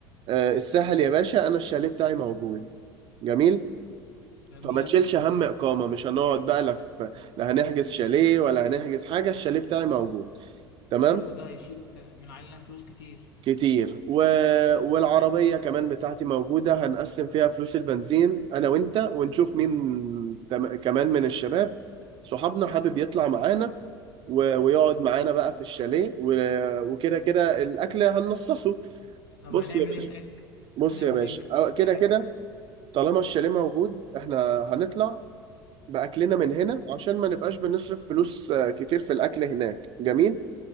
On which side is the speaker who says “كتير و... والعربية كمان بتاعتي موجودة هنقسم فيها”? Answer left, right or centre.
Right